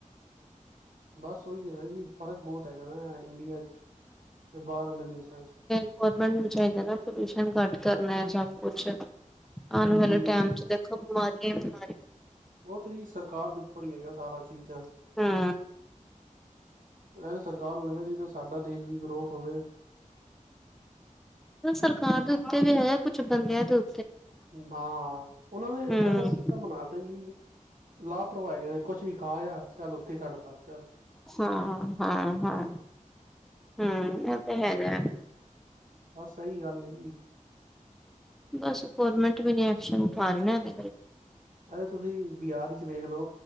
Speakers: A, on the right; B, in the centre.
A: ਬਸ ਓਈ ਐ ਨਾ ਜੀ ਫਰਕ ਬੌਤ ਹੈਗਾ ਨਾ ਇੰਡੀਆ ਚ ਤੇ ਬਾਰਆਲੇ ਦੇਸ਼ਾਂ ਚ।
B: ਗੋਰਮੈਂਟ ਨੂੰ ਚਾਈਦਾ ਨਾ ਪੋਲਿਊਸ਼ਨ ਘੱਟ ਕਰਨਾ ਐ ਸਭ ਕੁਛ। ਆਣ
A: ਬਿਲਕੁਲ
B: ਵਾਲੇ
A: ਜੀ
B: ਟੈਮ ਚ ਦੇਖੋ ਬਿਮਾਰੀਆਂ ਈ ਬਿਮਾਰੀਆਂ
A: ਓ ਤੇ ਜੀ ਸਰਕਾਰ ਦੇ ਉੱਪਰ ਈ ਹੈਗਾ ਸਾਰਾ ਚੀਜਾਂ।
B: ਹੂੰ।
A: ਏ ਸਰਕਾਰ ਨੂੰ ਮਨਣਾ ਚਾਈਦਾ ਸਾਡਾ ਦੇਸ਼ ਵੀ ਗਰੋਥ ਹੋਵੇ।
B: ਏ ਸਰਕਾਰ ਦੇ ਉਤੇ ਵੀ ਹੈ ਕੁੱਛ ਬੰਦਿਆਂ ਦੇ ਉ
A: ਨਾ ਓਨਾਂ ਨੇ
B: ਹੂੰ
A: ਐਸਾ ਸਿਸਟਮ ਬਣਾ ਤਾ ਜੀ। ਲਾਪਰਵਾ ਹੈਗੇ ਨੇ ਕੁਛ ਵੀ ਖਾ ਆ ਚੱਲ ਓਥੇ ਈ ਸੱਟ ਤਾ ਚੱਲ।
B: ਹਾਂ, ਹਾਂ, ਹਾਂ ਹੁੰ ਐ ਤੇ ਹੈਗਾ।
A: ਬਸ ਸਈ ਗੱਲ ਏ ਜੀ।
B: ਬਸ ਗਰਮੈਂਟ ਵੀ ਨੀ ਐਕਸ਼ਨ ਉਠਾ ਰੀ ਨਾ ਏਦੇ ਬਾਰੇ।
A: ਓ ਤੁਸੀ ਬਿਆਰ ਇਚ ਵੇਖ ਲੋ